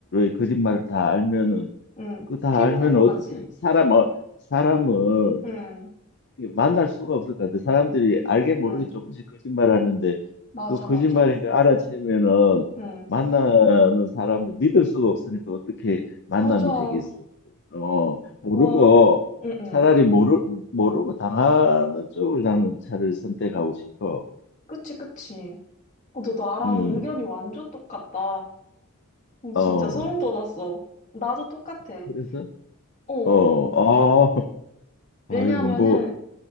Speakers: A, on the left (about 55°); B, on the left (about 35°).
A: 거짓말을 다 알면은
B: 응.
A: 그 다
B: 피곤할
A: 알면
B: 것
A: 어떻게
B: 같지?
A: 사람 어, 사람을
B: 응,
A: 만날 수가 없을 것 같아. 사람들이 알게 모르게
B: 응.
A: 조금씩 거짓말하는데
B: 맞아,
A: 그 거짓말인
B: 맞아.
A: 걸 알아채면은
B: 응,
A: 만나는 사람을 믿을 수가 없으니까 어떻게 만남이
B: 맞아.
A: 되겠어? 어, 모르고
B: 와, 응, 응.
A: 차라리 모르 모르고 당하는 쪽을 나는 차라리 선택하고 싶어.
B: 그치, 그치. 어, 너 나랑
A: 음,
B: 의견이 완전 똑같다. 어,
A: 어,
B: 진짜 소름 돋았어. 나도 똑같아.
A: 그래서
B: 어,
A: 어, 어,
B: 어.
A: <laughs>
B: 왜냐하면은,
A: 아이고 뭐,